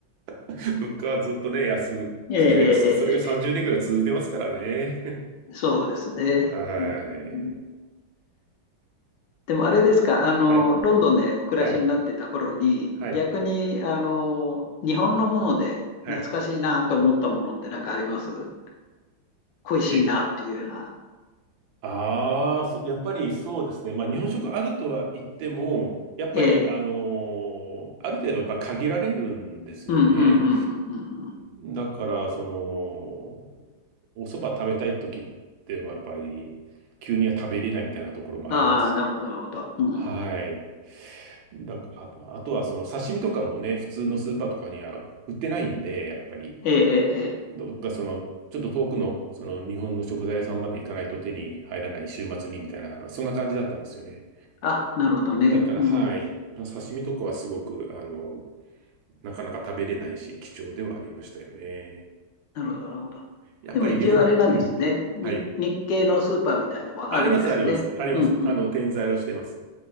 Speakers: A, on the right (about 75°); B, on the left (about 70°).
A: <laughs> 物価はずっとね、安くて、
B: ええ、ええ、
A: そ、それが30年ぐらい続いてますからね。
B: ええ。そうですね。
A: <laughs> はい。
B: うんうんうんでもあれですか、あの、
A: はい。
B: ロンドンでお暮らしになってた頃に、
A: はい。はい。
B: 逆に、あの、日本のもので懐かしいなと思ったものって何かあります
A: はい。
B: 恋しいなっていうような。
A: え、ああ、そやっぱりそうですね。まあ日本食あるとは言っても、やっぱり、
B: ええ。
A: あのーある程度やっぱ限られるんですよね。
B: うんうんうんうんうんうん。
A: だから、その、お蕎麦食べたい時ってはやっぱり、急には食べれないみたいなところもあります。
B: ああ、なるほど、なるほど。うん。
A: はい。だ、あ、まあとはその刺身とかもね、普通のスーパーとかには売ってないんで、やっぱり、
B: ええ、ええ、ええ。
A: どっかその、ちょっと遠くの、その日本の食材屋さんまで行かないと手に入らない週末にみたいな、そんな感じだったんですよね。
B: あ、なるほどね。
A: だから、
B: うん。
A: はい。まあ、刺身とかはすごく、あの、なかなか食べれないし、貴重ではありましたよね。
B: なるほど、なるほど。
A: やっぱり日本、
B: でも一応あれなんですね。
A: うん。
B: に、
A: はい。
B: 日系のスーパーみたいのはあるんですね。
A: あります、あります、あります。
B: うんうんうん。
A: あの、転在はしてます。